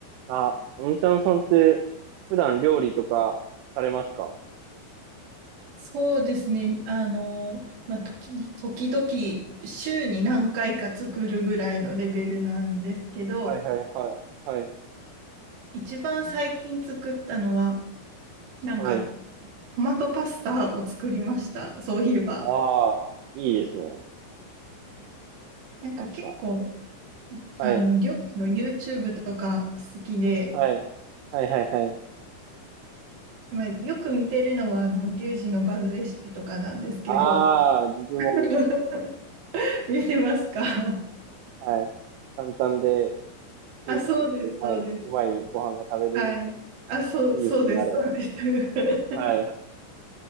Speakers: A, on the right; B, on the right.
A: あ、おんちゃんさんって普段料理とかされますか
B: そうですね。あの、まあ、時、時々週に何回か作るぐらいのレベルなんですけど、
A: はいはいはい。はい。
B: 一番最近作ったのは、なんかト
A: はい。
B: マトパスタを作りました。そういえば。
A: ああ、いいですね。
B: なんか結構、
A: パスタ。はい。
B: あの、料理の YouTube とか好きで、
A: はい。はいはいはい。
B: まあ、よく見てるのは、あの、リュウジのバズレシピとかなんですけど、
A: ああ、自分も見ます。
B: <laughs> 見てますか
A: はい。簡単で
B: <laughs>
A: 作りやすくてうまい、
B: あ、そうです、そうです。
A: うまいご飯が食べれるんで、
B: はい。あ、そう、
A: いいですよね、
B: そうです、
A: あれ。
B: そうです。<laughs>
A: はい。